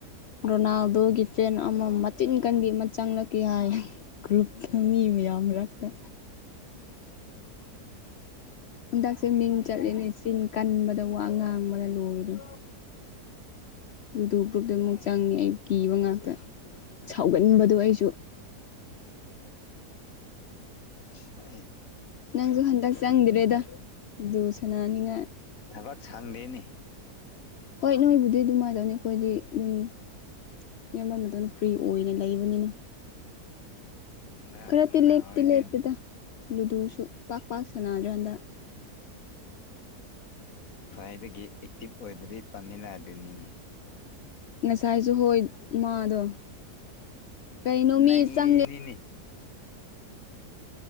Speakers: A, on the left; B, on the left.
A: ꯔꯣꯅꯥꯜꯗꯣꯒꯤ ꯐꯦꯟ ꯑꯃ ꯃꯆꯤꯟ ꯀꯟꯕꯤ ꯑꯃ ꯆꯪꯂꯛꯦ ꯍꯥꯏ ꯒ꯭ꯔꯨꯞ ꯈ ꯃꯤꯕ ꯌꯥꯝꯔꯛꯇ ꯍꯟꯗꯛꯁꯦ
B: ꯈꯪꯗꯦꯅꯦ
A: ꯃꯤꯡ ꯆꯠꯂꯦꯅꯦ
B: ꯑꯩꯗꯤ
A: ꯆꯤꯟ ꯀꯟꯕꯗ ꯋꯥ ꯉꯥꯡꯕꯗ ꯂꯣꯏꯔꯦ ꯂꯨꯗꯨ ꯒ꯭ꯔꯨꯞꯇ ꯑꯃꯨꯛ ꯆꯪꯉꯤ ꯑꯩ ꯀꯤꯕ ꯉꯥꯛꯇ ꯁꯥꯎꯒꯟꯕꯗꯣ ꯑꯩꯁꯨ
B: ꯁ
A: ꯅꯪꯁꯨ ꯍꯟꯗꯛ ꯆꯪꯗ꯭ꯔꯦꯗ ꯑꯗꯨ ꯁꯅꯥꯅꯤꯡꯉꯥꯏ
B: ꯊꯕꯛ ꯁꯥꯡꯗꯦꯅꯤ
A: ꯍꯣꯏ ꯅꯣꯏꯕꯨꯗꯤ ꯑꯗꯨꯃꯥꯏꯅ ꯇꯧꯅꯤ ꯑꯩꯈꯣꯏꯗꯤ ꯑꯗꯨꯝ ꯃꯤ ꯑꯃꯃꯇꯅ ꯐ꯭ꯔꯤ ꯑꯣꯏꯅ ꯂꯩꯕ ꯑꯃꯅꯤꯅꯤꯅ
B: ꯅꯨꯡꯗꯥꯡ
A: ꯈꯔ
B: ꯅꯨꯡꯗꯥꯡ
A: ꯇꯤ ꯂꯦꯞꯇꯤ
B: ꯋꯥꯏꯗꯤ
A: ꯂꯦꯞꯇꯦꯗ ꯂꯨꯗꯨꯁꯨ ꯄꯥꯛ ꯄꯥꯛ ꯁꯥꯟꯅꯗ꯭ꯔꯀꯥꯟꯗ
B: ꯈ꯭ꯋꯥꯏꯗꯒꯤ ꯑꯦꯛꯇꯤꯚ ꯑꯣꯏꯕꯗꯤ ꯄꯥꯝꯃꯤꯂꯥ ꯑꯗꯨꯅꯤꯅꯦ
A: ꯉꯁꯥꯏꯖ ꯍꯣꯏ ꯃꯥꯗꯣ ꯀꯩꯅꯣ
B: ꯅꯩꯔꯤꯅꯤꯅꯦ
A: ꯃꯤ ꯆꯪꯒꯦ